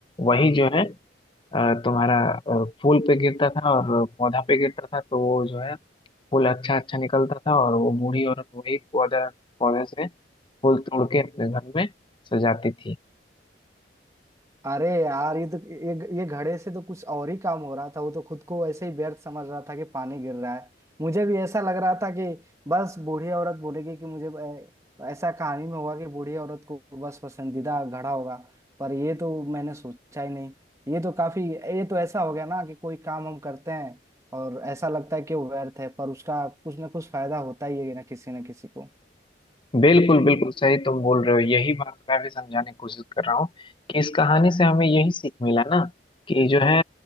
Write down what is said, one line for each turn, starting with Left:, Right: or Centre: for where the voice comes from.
Left: वही जो है अ, तुम्हारा अ, फूल पे गिरता था और पौधा पे गिरता था तो वो जो है फूल अच्छा अच्छा निकलता था और वो बूढ़ी औरत वही पौधा पौधे से फूल तोड़ के अपने घर में सजाती थी
Right: अरे यार ये तो ये ये घड़े से तो कुछ और ही काम हो रहा था वो तो खुद को ऐसे ही व्यर्थ समझ रहा था कि पानी गिर रहा है मुझे भी ऐसा लग रहा था कि बस बूढ़ी औरत बोलेगी कि मुझे ऐ- ऐसा कहानी में होगा कि बूढ़ी औरत को बस पसंदीदा घड़ा होगा पर ये तो मैंने सोचा ही नहीं ये तो काफी ये तो ऐसा हो गया ना कि कोई काम हम करते हैं और ऐसा लगता है कि वो व्यर्थ है पर उसका कुछ ना कुछ फायदा होता ही है ना किसी ना किसी को
Left: बिल्कुल बिल्कुल सही तुम बोल रहे हो यही बात मैं भी समझाने की कोशिश कर रहा हूँ कि इस कहानी से हमें यही सीख मिला ना कि जो है